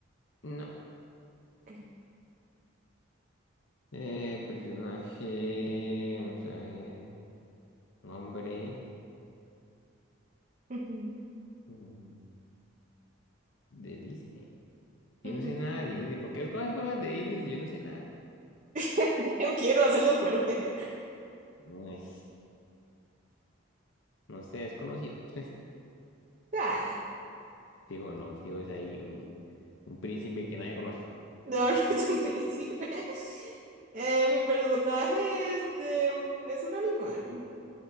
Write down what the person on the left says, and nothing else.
No.
Eh, personaje. Vamos a ver. Nombre.
mm, De Disney. Yo
no sé nada de Disney. ¿Por qué escoges cosas de Disney si yo no sé nada de
Disney? Ay, no sé, desconocido. <laughs>
Fijo, no. Fijo, es ahí un, un príncipe que nadie conoce.